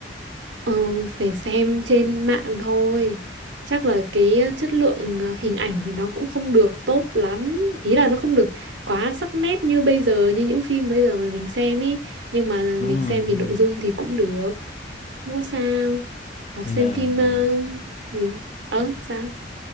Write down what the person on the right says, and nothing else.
Ờ, phải xem trên mạng thôi. Chắc là cái ờ, chất lượng ờ, hình ảnh thì nó cũng không được tốt lắm. Ý là nó không được quá sắc nét như bây giờ, như những phim bây giờ mà mình xem ý. Nhưng mà
mình
xem
vì nội
dung thì cũng được. Không có sao. Hoặc
xem
phim
ờ, gì? Ờ, sao? <laughs>